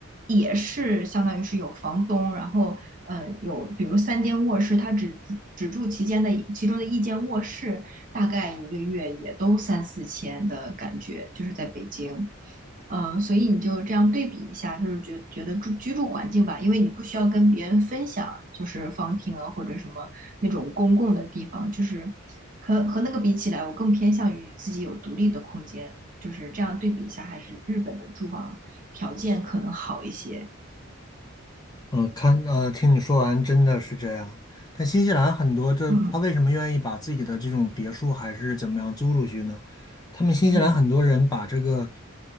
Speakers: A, on the right; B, on the left.
A: 也是相当于是有房东，然后呃有比如三间卧室，他只住只住其间的其中的一间卧室，大概一个月也都三四千的感觉，就是在北京。呃，所以你就这样对比一下，就是觉觉得住居住环境吧，因为你不需要跟别人分享，就是方厅啊或者什么那种公共的地方，就是和和那个比起来，我更偏向于自己有独立的空间，就是这样对比一下，还是日本的住房条件可能好一些。
B: 嗯，看，呃，听你说完，真的是这样。但新西兰很多这，
A: 嗯
B: 他为什么愿意把自己的这种别墅还是怎么样租出去呢？他们新西兰很多人把这个
A: 嗯